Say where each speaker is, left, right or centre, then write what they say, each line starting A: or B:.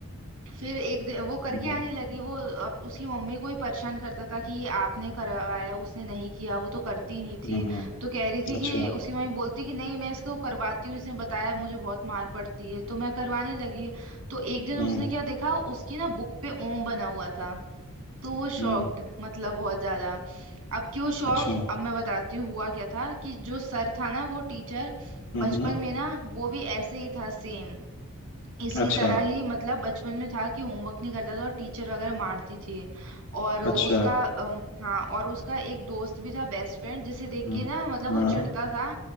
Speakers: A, on the right; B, on the left.
A: फिर एक दिन वो करके
B: हम्म
A: आने लगी वो अप, उसकी मम्मी को ही परेशान करता था कि ये आपने करवाया उसने नहीं किया वो तो करती ही नहीं
B: हम्म,
A: थी
B: हम्म,
A: तो कह रही थी
B: अच्छा
A: कि उसकी मम्मी बोलती कि नहीं मैं इसको करवाती हूँ इसने बताया मुझे बहुत मार पड़ती है तो मैं करवाने लगी तो एक दिन
B: हम्म
A: उसने क्या देखा उसकी ना बुक पे ओम बना हुआ था तो वो शॉक्ड
B: हम्म
A: मतलब बहुत ज्यादा अब क्यों शॉक
B: अच्छा
A: अब मैं बताती हूँ हुआ क्या था कि जो सर था ना वो टीचर
B: हम्म
A: बचपन
B: हम्म,
A: में ना वो भी ऐसे ही था सेम इसकी
B: अच्छा
A: तरह ही मतलब बचपन में था कि होमवर्क नहीं करता था और टीचर वगैरह मारती थी और उसका
B: अच्छा
A: अम, हाँ और उसका एक दोस्त भी था बेस्ट फ्रेंड जिसे देख
B: हम्म
A: के ना मतलब वो
B: हाँ
A: चिढ़ता था